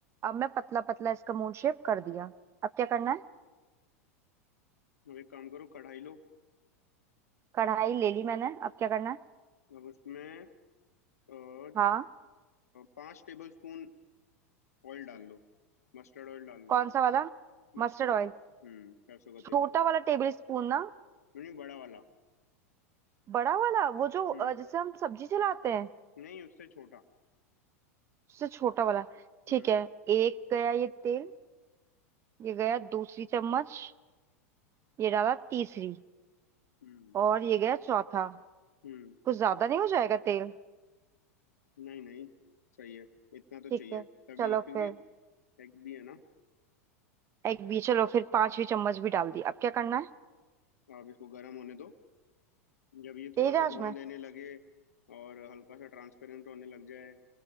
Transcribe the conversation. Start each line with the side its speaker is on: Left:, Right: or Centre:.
Right: अब मैं पतला पतला इसका मून शेप कर दिया अब क्या करना है
Left: अब एक काम करो कढ़ाई लो
Right: कढ़ाई ले ली मैंने अब क्या करना है
Left: अब उसमें अ, अ,
Right: हाँ
Left: पाँच टेबल स्पून ऑयल डाल लो मस्टर्ड ऑयल डाल
Right: कौन
Left: लो
Right: सा वाला Mustard
Left: Mustard
Right: oil
Left: oil हम्म सरसों का
Right: छोटा
Left: तेल
Right: वाला टेबल स्पून ना
Left: नहीं बड़ा वाला
Right: बड़ा वाला वो जो अ,
Left: हम्म
Right: जिससे हम सब्जी चलाते हैं
Left: नहीं उससे छोटा
Right: उससे छोटा वाला
Left: हम्म
Right: ठीक है एक गया ये तेल ये गया दूसरी चम्मच ये डाला तीसरी
Left: हम्म
Right: और ये गया चौथा
Left: हम्म
Right: कुछ ज्यादा नहीं हो जाएगा तेल
Left: नहीं नहीं सही है इतना तो चाहिए
Right: ठीक है
Left: तभी
Right: चलो
Left: क्योंकि
Right: फिर
Left: एग्स भी है ना
Right: एग भी चलो फिर पांचवी चम्मच भी डाल दी अब क्या करना है
Left: आप इसको गर्म होने दो जब ये
Right: तेज
Left: थोड़ा सा
Right: आंच
Left: धुआं
Right: में
Left: देने लगे और हल्का सा ट्रांसपेरेंट होने लग जाए